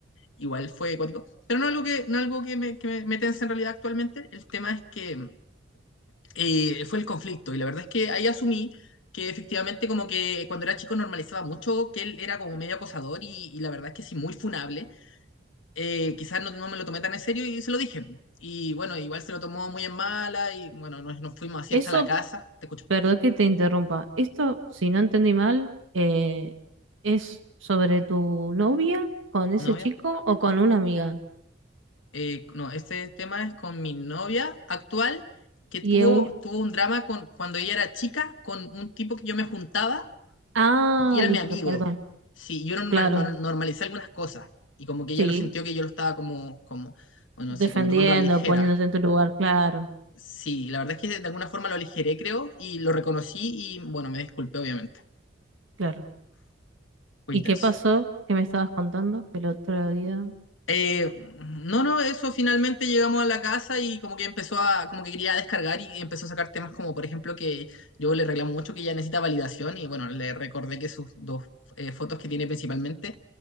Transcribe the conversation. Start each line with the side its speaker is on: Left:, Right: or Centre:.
Left: igual fue cuático. Pero no algo que, no algo que me, que me, me tensa en realidad actualmente, el tema es que eh, fue el conflicto y la verdad es que ahí asumí que efectivamente como que cuando era chico normalizaba mucho que él era como medio acosador y, y la verdad es que sí, muy funable eh, quizás no, no me lo tomé tan en serio y se lo dije. Y bueno, igual se lo tomó muy en mala y bueno, nos, nos fuimos así
Right: eso
Left: hasta la casa. Te escucho,
Right: Perdón que te interrumpa. Esto, si no entendí mal, eh, es sobre tu novia con ese
Left: novia.
Right: chico o con una amiga.
Left: Eh, no, este tema es con mi novia actual que tuvo,
Right: Y es un...
Left: tuvo un drama con, cuando ella era chica con un tipo que yo me juntaba
Right: Ah,
Left: y era
Right: listo,
Left: mi amigo.
Right: perdón.
Left: Sí, yo normal-
Right: Claro,
Left: nor- normalicé algunas cosas y como que ella
Right: sí.
Left: lo sintió que yo lo estaba como, como, bueno, así
Right: Defendiendo,
Left: como tomando la ligera.
Right: poniéndote en tu lugar, claro,
Left: Sí, la verdad es que de alguna forma lo aligeré, creo, y lo reconocí y bueno, me disculpé, obviamente.
Right: claro.
Left: Fue
Right: ¿Y
Left: intenso.
Right: qué pasó? ¿Qué me estabas contando? Que el otro día...
Left: Eh, no, no, eso finalmente llegamos a la casa y como que empezó a, como que quería descargar y empezó a sacar temas como, por ejemplo, que yo le reclamo mucho que ella necesita validación y bueno, le recordé que sus dos eh, fotos que tiene principalmente